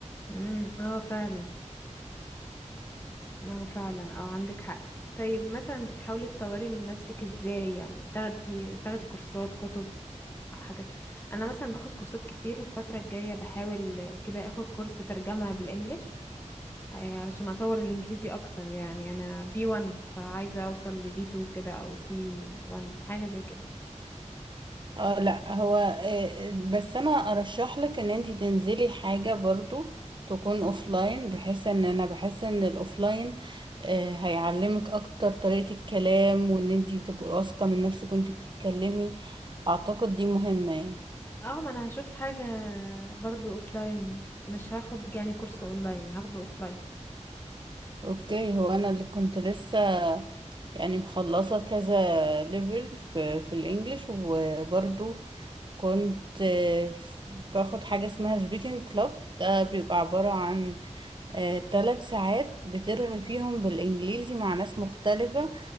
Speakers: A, on the left; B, on the right.
A: امم اه فعلا اه فعلا اه عندك حق طيب مثلا بتحاولي تطوري من نفسك ازاي يعني تاخدي تاخدي كورسات كتب او حاجات انا مثلا باخد كورسات كتير والفترة الجاية بحاول كده اخد كورس ترجمة بالانجليش آه، علشان اطور الانجليزي اكتر يعني انا بي 1 فعايزة اوصل ل بي 2 كده او سي 1 حاجة زي كده يعني.
B: اه لا هو آه، بس انا ارشح لك ان انت تنزلي حاجة برضو تكون اوفلاين بحيث ان انا بحس ان الاوفلاين آه، هيعلمك اكتر طريقة الكلام وان انت تبقي واثقة من نفسك وانت بتتكلمي اعتقد دي مهمة يعني
A: اه ما انا هشوف حاجة برضو اوفلاين مش هاخد يعني كورس اونلاين هاخده اوفلاين
B: اوكي هو انا اللي كنت لسه يعني مخلصة كذا ليفل في في الانجليش وبرضو كنت آه، باخد حاجة اسمها سبيكنج كلاب ده بيبقى عبارة عن ثلاث ساعات بترغي فيهم بالإنجليزي مع ناس مختلفة